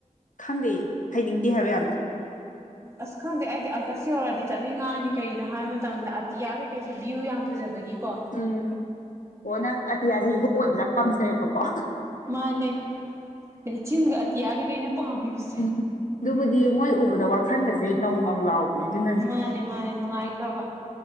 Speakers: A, on the left; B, on the right.
A: ꯈꯪꯗꯦ ꯍꯩꯅꯤꯡꯗꯦ ꯍꯥꯏꯕ ꯌꯥꯝꯅ
B: ꯑꯁ ꯈꯪꯗꯦ ꯑꯩꯗꯤ ꯑꯒꯁ ꯌꯧꯔꯛꯑꯗꯤ ꯆꯠꯅꯤꯡꯉꯥꯑꯅꯤ ꯀꯩꯒꯤꯅꯣ ꯍꯥꯏꯕ ꯃꯇꯝꯗ ꯑꯇꯤꯌꯥ ꯀꯩꯀꯩꯁꯦ ꯚ꯭ꯌꯨ ꯌꯥꯝ ꯐꯖꯕꯒꯤꯀꯣ
A: ꯎꯝ ꯑꯣ ꯅꯪ ꯑꯇꯤꯌꯥꯖꯤ ꯍꯤꯒꯣꯛ ꯑꯣꯢꯕ ꯌꯝ ꯄꯝꯖꯩꯕꯀꯣ
B: ꯃꯥꯅꯦ ꯂꯩꯆꯤꯟꯒ ꯑꯇꯤꯌꯥꯒꯅꯦ ꯑꯩꯅ ꯄꯥꯝꯃꯤꯁꯦ
A: ꯎꯝ ꯗꯨꯕꯨꯗꯤ ꯃꯣꯏ ꯎꯕꯗ ꯋꯥꯈꯜꯗꯁꯦ ꯅꯧ ꯅꯧ ꯂꯥꯎꯕꯅꯦ ꯑꯗꯨꯅꯅꯦ
B: ꯃꯥꯅꯦ ꯃꯥꯅꯦ ꯅꯨꯡꯉꯥꯏꯈ꯭ꯔꯕ